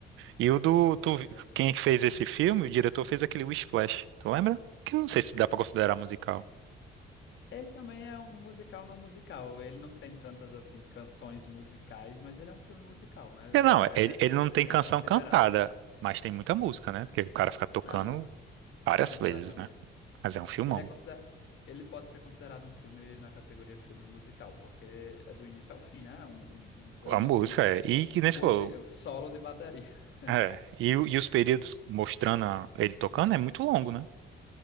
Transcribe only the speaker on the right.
E o do, tu-
quem fez esse filme, o diretor fez aquele Whiplash, tu lembra? Que eu não sei se dá pra considerar musical.
É, Não,
ele,
ele não tem
canção
cantada, mas tem muita música, né? Porque o cara fica tocando
várias
vezes, né? Mas é um filmão.
A música é. E que nem
você falou,
É. E, o- e os períodos mostrando a- ele tocando é muito longo, né?